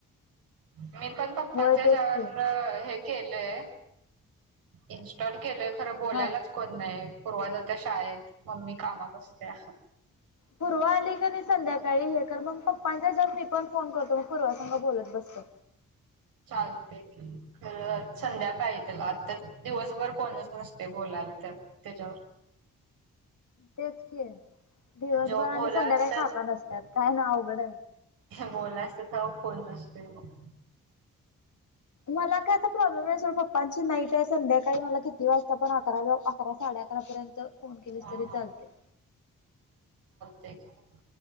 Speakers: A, on the right; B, on the left.
A: मी पण पप्पांच्याच्यावरून
B: होय तेच की
A: हे केलंय इनस्टॉल केलय खरं बोलायलाच
B: हा.
A: कोण नाही पूर्वाजात शाळेत मम्मी कामात असत्या
B: पूर्व आली का नाही संध्याकाळी हे कर मग पप्प मी पण फोन करतो मग पूर्वा सांगा बोलत बसतो
A: ग खर संध्याकाळी त्याला आता दिवसभर कोणच नसत ते बोलायला त्या त्याच्यावर
B: तेच कि दिवसभर
A: जेव्हा
B: आणि
A: बोला
B: संध्याकाळी
A: असतात
B: खाका नसतात काय ना अवघड
A: बोलायचंथ फोन नसते मग
B: मला काय आता प्रॉब्लेम आहे सोड पप्पांची नाईट आहे संध्याकाळी मला किती कती वाजता पण अकरा अकरा साडे अकरा पर्यंत फोन केलेस
A: हा
B: तरी
A: हा
B: चालते
A: तेक आहे